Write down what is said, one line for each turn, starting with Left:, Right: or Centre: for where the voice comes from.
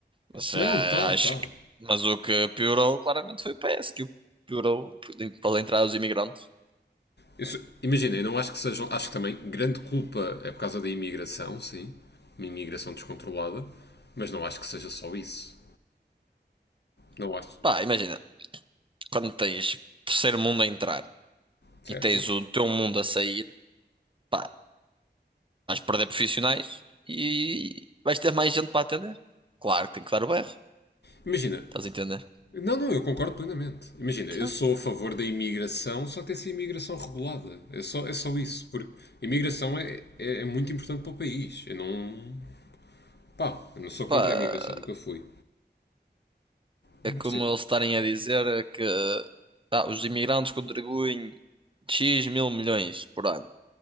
Right: Mas
Left: Não,
Right: ah,
Left: tá,
Right: acho
Left: tá.
Right: que, mas o que piorou claramente foi o PS, que o piorou para entrar os imigrantes.
Left: Eu sou- imagina, eu não acho que sejam, acho que também grande culpa é por causa da imigração, sim, uma imigração descontrolada, mas não acho que seja só isso. Não acho.
Right: Pá, imagina, quando tens terceiro mundo a entrar
Left: Certo?
Right: e tens o teu mundo a sair, pá, vais perder profissionais e vais ter mais gente para atender. Claro que tem que dar o berro,
Left: Imagina,
Right: estás a entender?
Left: Não, não, eu concordo plenamente. Imagina,
Right: Então,
Left: eu sou a favor da imigração, só que tem que ser imigração regulada. É só, é só isso. Porque a imigração é, é, é muito importante para o país. Eu não. Pá, eu não sou
Right: pá,
Left: contra a imigração, nunca fui. Mas
Right: É como
Left: sim.
Right: eles estarem a dizer é que tá, os imigrantes contribuem X mil milhões por ano.